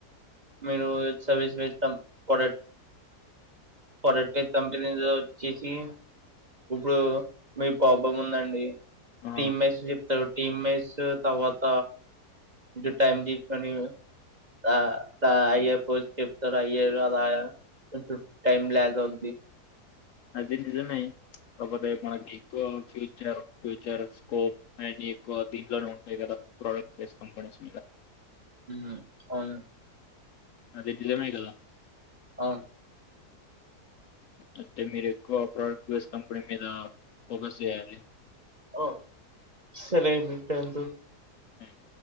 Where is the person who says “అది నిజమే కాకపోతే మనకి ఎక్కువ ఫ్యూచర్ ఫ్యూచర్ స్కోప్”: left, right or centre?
Left